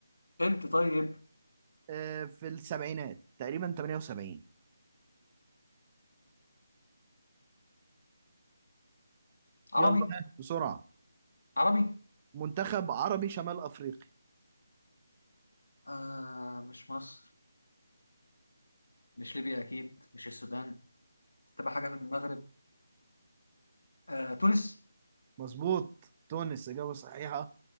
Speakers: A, on the left; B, on the right.
A: انت طيب
B: آه، في السبعينات تقريبا 78
A: عربي
B: يلا بسرعة
A: عربي
B: منتخب عربي شمال أفريقي
A: آه مش مصر مش ليبيا أكيد مش السودان تبقى حاجه في المغرب آه تونس
B: مظبوط تونس إجابة صحيحة